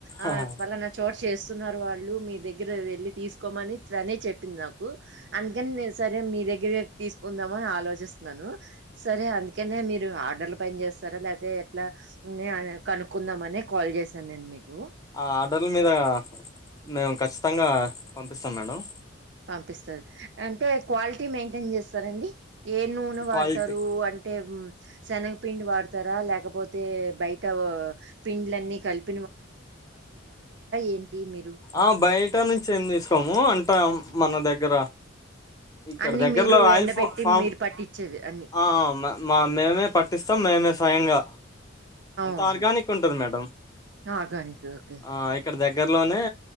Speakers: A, on the right (about 60°); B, on the left (about 15°).
A: ఆ
B: ఆహా.
A: ఫలానా చోట చేస్ స్తున్నారు వాళ్ళు మీ దగ్గర వెళ్ళి తీసుకోమని తనే చెప్పింది నాకు అందుకని నేను సరే మీ దగ్గరే తీసుకుందామని ఆలోచిస్తున్నాను సరే అందుకనే మీరు ఆర్డర్లు పైన చేస్తారా లేకపోతే ఎట్లా కనుక్కుందామని కాల్ చేశాను నేను మీకు
B: ఆ ఆర్డర్ల మీద మేము ఖచ్చితంగా పంపిస్తాం మేడం
A: పంపిస్తారు అంటే క్వాలిటీ మెయింటైన్ చేస్తారండి ఏ నూనె
B: క్వాలిటీ
A: వాడతారు అంటే మ్మ్ శెనగపిండి వాడతారా లేకపోతే ఐతే బయట పిండ్లన్నీ కలిపి ఏంటి మీరు
B: ఆ బయట నుంచి ఏం తీసుకోము అంతా మన దగ్గర ఇక్కడ
A: అన్ని
B: దగ్గరలో
A: మీరు మేము
B: ఆయిల్
A: ఎండబెట్టి
B: ఫ ఫామ్
A: మీరు ఆర్గానిక్ పట్టించేవి అన్ని
B: ఆ మ మేమే పట్టించి పట్టిస్తాం మేమే స్వయంగా అంతా
A: ఓహో
B: ఆర్గానిక్ ఉంటది మేడం
A: ఆర్గానిక్ ఓకే
B: ఆ ఇక్కడ దగ్గరలోనే